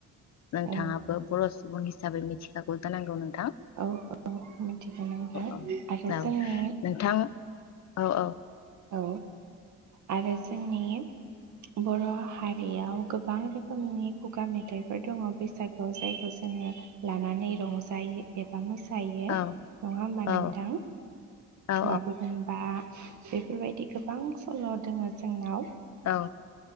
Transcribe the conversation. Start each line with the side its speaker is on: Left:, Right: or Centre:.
Left: नोंथाङाबो
Right: औ
Left: बर' सुबुं हिसाबै मिथिखागौ जानांगौ नों
Right: औ औ मिथिगौ नोंथां
Left: औ
Right: आरो
Left: औ
Right: जोंनि
Left: नोंथां औ औ
Right: औ आरो जोंनि बर' हारियाव गोबां रोखोमनि खुगा मेथाइफोर दङ बैसागुआव जायखौ जोङो लानानै रंजायो एबा मो सायो
Left: औ
Right: नङा होमबा
Left: औ
Right: नोंथां
Left: औ
Right: बागुरुमबा <inaudible> बेफोरबायदि गोबां सल' दोङो जोंनाव
Left: औ